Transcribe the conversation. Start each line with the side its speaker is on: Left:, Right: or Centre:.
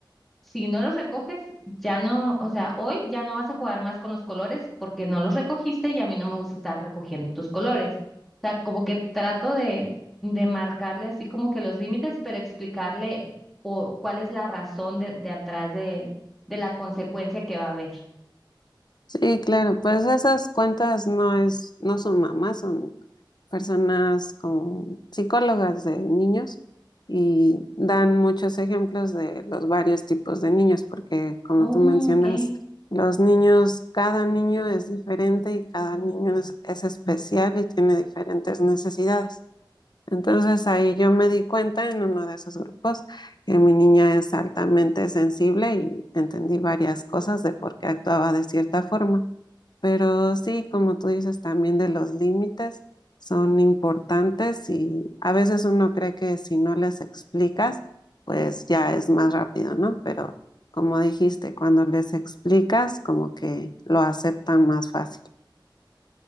Centre: si no los recoges, ya no, o sea, hoy ya no vas a jugar más con los colores porque no los recogiste y a mí no me gusta estar recogiendo tus colores. O sea, como que trato de, de marcarle así como que los límites, pero explicarle por, cuál es la razón de, de atrás de, de la consecuencia que va a haber.
Left: Sí, claro, pues esas cuentas no es, no son mamás, son personas como psicólogas de niños y dan muchos ejemplos de los varios tipos de niños, porque como
Centre: Oh,
Left: tú mencionas,
Centre: ok.
Left: los niños, cada niño es diferente y cada niño es, es especial y tiene diferentes necesidades. Entonces ahí yo me di cuenta en uno de esos grupos que mi niña es altamente sensible y entendí varias cosas de por qué actuaba de cierta forma. Pero sí, como tú dices, también de los límites son importantes y a veces uno cree que si no les explicas, pues ya es más rápido, ¿no? Pero como dijiste, cuando les explicas, como que lo aceptan más fácil.